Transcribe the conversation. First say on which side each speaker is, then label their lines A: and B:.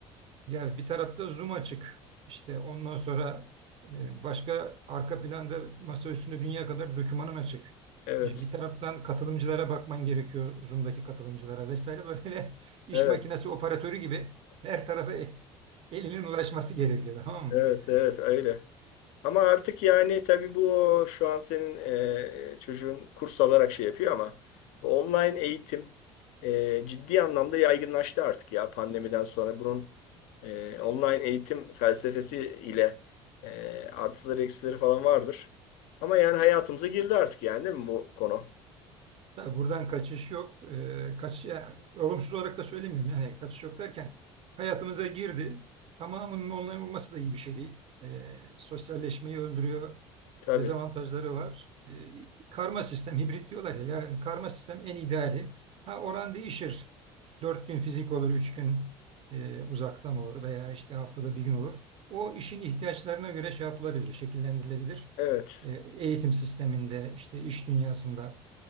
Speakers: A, on the right; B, on the left.
A: Yani bir tarafta Zoom açık. İşte ondan sonra e, başka arka planda masa üstünde dünya kadar dokümanın açık.
B: Evet.
A: E, Bir taraftan katılımcılara bakman gerekiyor. Zoom'daki katılımcılara vesaire böyle <laughs> iş
B: Evet.
A: makinesi operatörü gibi her tarafa e- elinin ulaşması gerekiyor tamam
B: Evet.
A: mı?
B: Evet. Öyle. Ama artık yani tabii bu şu an senin e, çocuğun kurs alarak şey yapıyor ama bu online eğitim e, ciddi anlamda yaygınlaştı artık ya pandemiden sonra. Bunun e, online eğitim felsefesi ile e, artıları eksileri falan vardır. Ama yani hayatımıza girdi artık yani değil mi bu konu?
A: Tabii buradan kaçış yok. Ee, kaç, ya, olumsuz olarak da söylemiyorum. Yani kaçış yok derken hayatımıza girdi. Tamamının online olması da iyi bir şey değil. Ee, sosyalleşmeyi öldürüyor.
B: Tabii.
A: Dezavantajları var. Ee, karma sistem, hibrit diyorlar ya. Yani karma sistem en ideali. Ha oran değişir. Dört gün fizik olur, üç gün e, uzaktan olur veya işte haftada bir gün olur. O işin ihtiyaçlarına göre şey yapılabilir, şekillendirilebilir.
B: Evet.
A: E, eğitim sisteminde, işte iş dünyasında